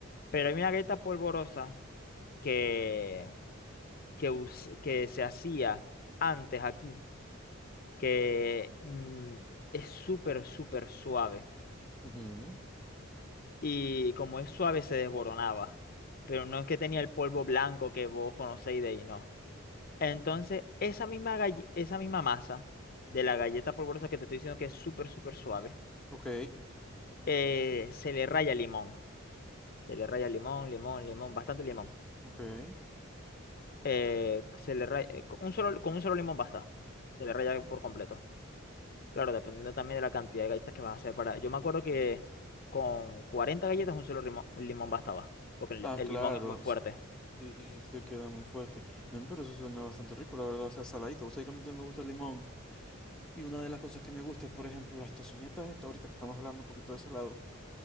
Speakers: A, on the left; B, in the centre.
A: Pero hay una galleta polvorosa que, que, us- que se hacía antes aquí. que mm, es súper, súper suave.
B: ujú.
A: Y como es suave, se desboronaba. Pero no es que tenía el polvo blanco que vos conocéis de ahí, no. Entonces, esa misma, galle- esa misma masa de la galleta polvorosa que te estoy diciendo que es súper, súper suave,
B: Ok,
A: eh, se le raya limón. Se le raya limón, limón, limón, bastante limón.
B: ok.
A: Eh, se le raya, eh, con un solo, con un solo limón basta. Se le raya por completo. Claro, dependiendo también de la cantidad de galletas que vas a hacer para... Yo me acuerdo que con 40 galletas un solo limón, un limón bastaba, porque el,
B: Ah,
A: el
B: claro.
A: limón es muy fuerte.
B: Sí, se queda muy fuerte. Men, pero eso suena bastante rico, la verdad. O sea, saladito. O sea, que a mí también me gusta el limón. Y una de las cosas que me gusta es, por ejemplo, las tocinetas estas, ahorita que estamos hablando un poquito de salado.